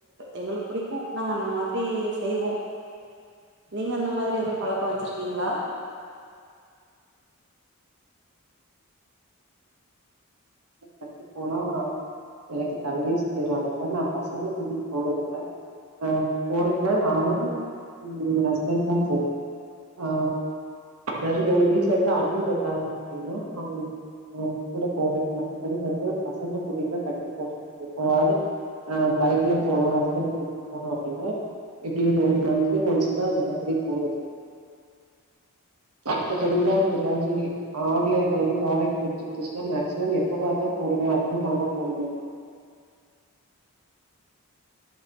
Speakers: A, on the right; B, on the right.
A: எங்ளுக் புடிக்கும் நாங்க அந்த மாதிரி செய்வோ நீங்க அந்த மாதிரி எதுவும் பழக்கம் வச்சிருக்கீங்ளா
B: கரண்டு போனா எனக்கு தலயே சுத்திரு அதுக்கு தா நா பசங்ள கூட்டிட்டு போறதில்ல ஆ போறதுனா நானும் ம் ஹஸ்பண்ட் தா போவோ ஆ அதாவது எங்க வீட்ல இருந்து அண்ணி வந்தாங்க அப்டினா அவு அவுங்க கூட போறது மத்த படி வந்து பசங்க கூட்டிட்லா கடைக்கு போறதில்ல எப்பாவது ஆ பைக்ல போனோ ஹஸ்பண்ட கூட்டிட்டு போனோ அப்டின்னா எப்டியு ஒரு மந்த்லி ஒன்ஸ் தா அந்த மாரி போறது மத்தபடிலா இந்த மாதிரி ஆன்லைன் இது வந்து ப்ராடக்ட் புடிச்சிருந்துச்சுன்னா மேக்சிமம் எப்பவாது தா போடுவ அதிகமாலா போடமாட்ட